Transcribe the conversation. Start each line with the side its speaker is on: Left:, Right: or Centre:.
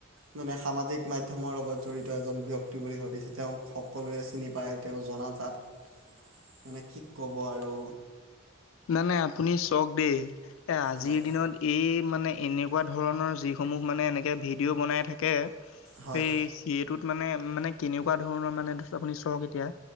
Right: মানে সামাজিক মাধ্যমৰ লগত জড়িত এজন ব্যক্তি বুলি ভাবিছে তেওঁক সকলোৱে চিনি পায় তেওঁ জনাজাত, মানে কি ক'ব আৰু
Left: নাই নাই আপুনি চক দেই এ আজিৰ
Right: হয়
Left: দিনত এই মানে এনেকুৱা ধৰণৰ যিসমূহ মানে এনেকে ভিডিঅ' বনাই থাকে
Right: হয়
Left: সে সেইটোত মানে মানে কেনেকুৱা ধৰণৰ মানে আপুনি চক এতিয়া